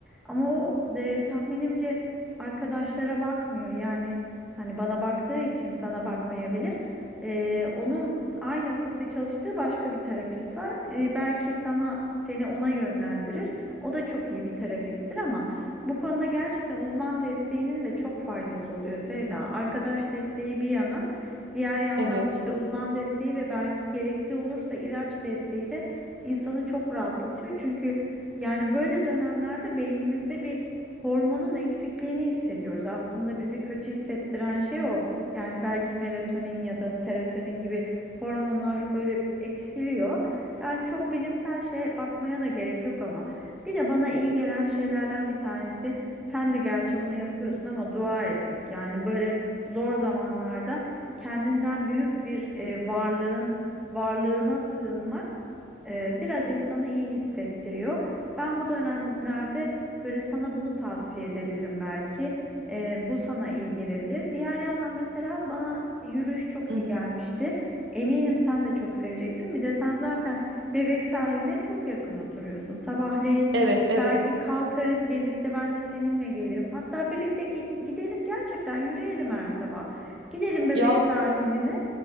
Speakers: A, in the centre; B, on the right (about 70°).
A: Ama o e, tahminimce arkadaşlara bakmıyor. Yani hani bana baktığı için sana bakmayabilir. E, onun aynı ofiste çalıştığı başka bir terapist var. E, belki sana seni ona yönlendirir. O da çok iyi bir terapisttir ama bu konuda gerçekten uzman desteğinin de çok faydası oluyor Sevda. Arkadaş desteği bir yana. Diğer yandan
B: Evet.
A: işte uzman desteği ve belki gerekli olursa ilaç desteği de insanı çok rahatlatıyor. Çünkü yani böyle dönemlerde beynimizde bir hormonun eksikliğini hissediyoruz. Aslında bizi kötü hissettiren şey o. Yani belki melatonin ya da serotonin gibi hormonlar böyle eksiliyor. Yani çok bilimsel şeye bakmaya da gerek yok ama. Bir de bana iyi gelen şeylerden bir tanesi sen de gerçi bunu yapıyorsun ama dua etmek. Yani böyle zor zamanlarda kendinden büyük bir e, varlığın varlığına sığınmak e, biraz insanı iyi hissettiriyor. Ben bu dönemlerde böyle sana bunu tavsiye edebilirim belki. E, bu sana iyi gelebilir. Diğer yandan mesela bana yürüyüş çok
B: Hı
A: iyi
B: hı.
A: gelmişti. Eminim sen de çok seveceksin. Bir de sen zaten Bebek sahiline çok yakın oturuyorsun. Sabahleyin
B: Evet, evet.
A: belki kalkarız birlikte ben de seninle gelirim. Hatta birlikte gid- gidelim gerçekten yürüyelim her sabah. Gidelim Bebek
B: Ya
A: sahiline,